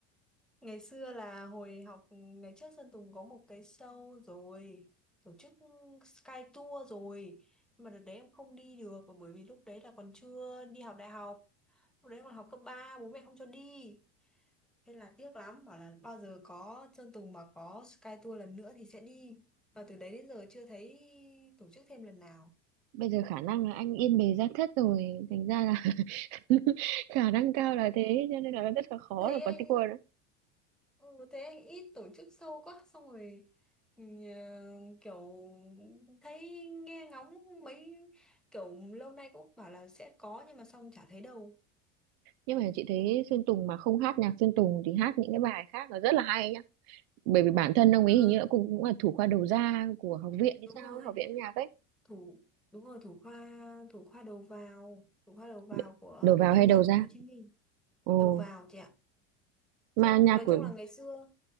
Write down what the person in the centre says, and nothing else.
ngày xưa là hồi học ngày trước Sơn Tùng có một cái show rồi tổ chức Sky Tour rồi nhưng mà đợt đấy em không đi được bởi vì lúc đấy là còn chưa đi học đại học lúc đấy còn học cấp ba bố mẹ không cho đi Thế là tiếc lắm, bảo là bao giờ có Sơn Tùng mà có Sky Tour lần nữa thì sẽ đi. Và từ đấy đến giờ chưa thấy tổ chức thêm lần nào.
Thấy
anh
ừ, thấy anh ít tổ chức sâu quá, xong rồi ừ, kiểu thấy nghe ngóng mấy kiểu lâu nay cũng bảo là sẽ có nhưng mà xong chả thấy đâu.
Ừ,
đúng
rồi.
Thủ đúng rồi, thủ khoa thủ khoa đầu vào, thủ khoa đầu vào
của
Học
viện âm
nhạc
Thành phố Hồ Chí Minh.
Đầu vào chị ạ.
Xong
nói
chung là ngày xưa